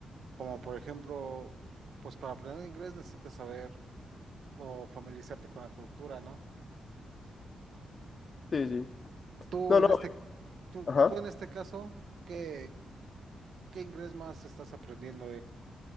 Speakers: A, on the right; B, on the left.
A: como por ejemplo, pues para aprender inglés necesitas saber o familiarizarte con la cultura, ¿no?
B: Sí, sí.
A: Tú
B: No,
A: en
B: no,
A: este, tú,
B: ajá.
A: tú en este caso, ¿qué, qué inglés más estás aprendiendo?